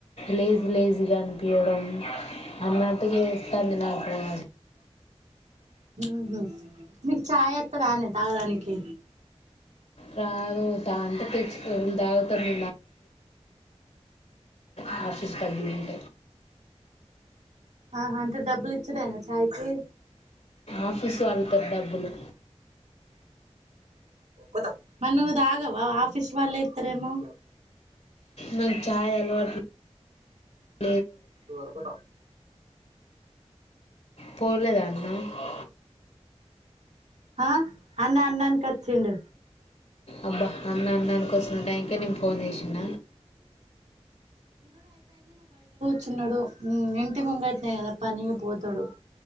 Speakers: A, on the left; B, on the right.
A: లేజీ లేజీగా అనిపింయడం అన్నటుగా త్తాదినకు ఆశ
B: ఊహు మీకు చాయత్తద తానేే తగ్గడానికి
A: రాదు దా అంటే తే ఉండావుతంది <inaudible> ఆఫీస్ కది ఉంట
B: ఆహా అంటే డబ్బులు ఇచ్చడేనా చైకి
A: ఆఫీసు అలుత డబ్బులు
B: పోత మరీ ను తగవా ఆఫీస్ వాళ్ళ ఇస్తారేమో
A: నాకు చాయ అలవాటు లే
B: అది వేరపట్టా
A: పోలేదా అన్న
B: ఆ అన్న అన్నాన్ కచ్చిండు
A: అబ్బా అన్నా అన్నానీ కు వస్తుిన టైంకే నేను ఫోన్ చేసిన
B: చిున్నాడు ఉ ఇంటి ముంగట్నా కదా పని ఇంగ పోతాడు